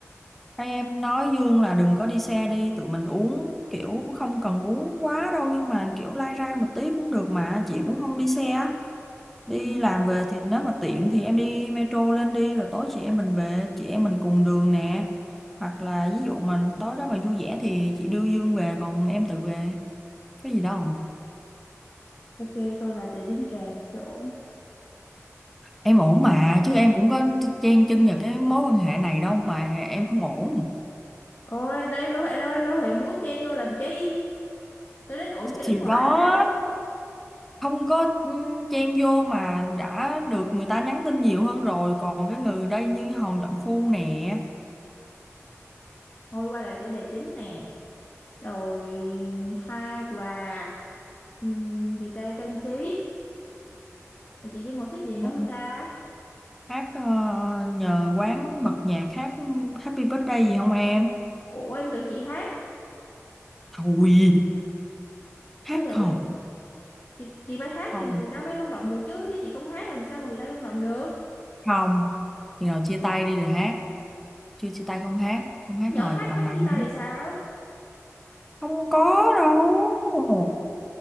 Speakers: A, in the centre; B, on the left.
A: Hai em nói Dương là đừng có đi xe đi, tụi mình uống kiểu không cần uống quá đâu nhưng mà kiểu lai rai một tí cũng được mà, chị cũng không đi xe. đi
B: Ừ.
A: làm về thì nếu mà tiện thì em đi metro lên đi rồi tối chị em mình về chị em mình cùng đường nè hoặc là ví dụ mà tối đó mà vui vẻ thì chị đưa Dương về còn em tự về có gì đâu
B: Ok, tôi là tiệm bánh kèm, tôi ổn.
A: em ổn mà chứ em cũng có chen chân vào cái mối quan hệ này đâu mà em không ổn
B: Ôi, đây em đâu hề đâu, em đâu hề muốn chen vô làm chi. Tôi đến ổn khi đứng
A: thì
B: ngoài
A: đó
B: ha.
A: không có ừm, chen vô mà đã được người ta nhắn tin nhiều hơn rồi còn cái người đây như Hòn Trọng Phu nè
B: Thôi quay lại chủ đề chính nè. Rồi hoa quà, um, gì ta trang trí. Rồi chị Dung còn thích gì nữa
A: Ừ.
B: không ta?
A: hát ờ, nhờ quán bật nhạc hát Happy Birthday gì không em
B: Ủa em tưởng chị hát.
A: Thôi hát
B: Đó giờ
A: hò
B: chị, chị phải hát
A: Thôi
B: thì người ta mới rung động được chứ. Chứ chị không hát làm sao mà người ta rung động được.
A: không khi nào chia tay đi rồi hát Chưa chia tay không hát Không hát
B: Nhỡ
A: hò
B: hát
A: gì tầm
B: phát
A: này
B: chia tay
A: nữa.
B: thì sao?
A: Không có đâu